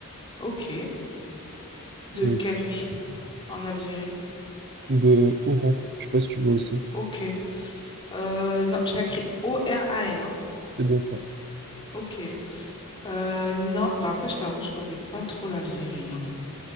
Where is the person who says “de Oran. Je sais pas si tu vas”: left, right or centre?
Right